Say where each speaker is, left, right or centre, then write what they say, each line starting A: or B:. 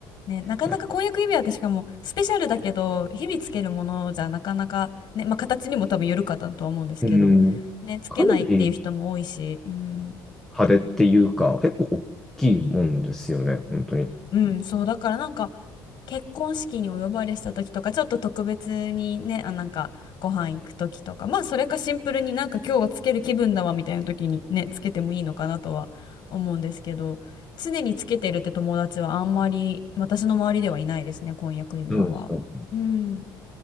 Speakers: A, on the left; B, in the centre.
A: ね、なかなか婚約指輪ってしかも、
B: ね。
A: スペシャルだけど、日々つけるものじゃなかなか、ね、まあ、形にも多分よるかったとは思うんですけど、
B: うん。
A: ね、つけないっていう人も多いし、
B: かなり
A: うん、
B: 派手っていうか、結構大きいもんですよね、本当に。
A: うん、そう、だからなんか、結婚式にお呼ばれした時とかちょっと特別にねあなんかご飯行く時とかまあそれかシンプルになんか今日はつける気分だわみたいな時にねつけてもいいのかなとは思うんですけど常につけてるって友達はあんまり私の周りではいないですね婚約指輪は。
B: そうですね。
A: うん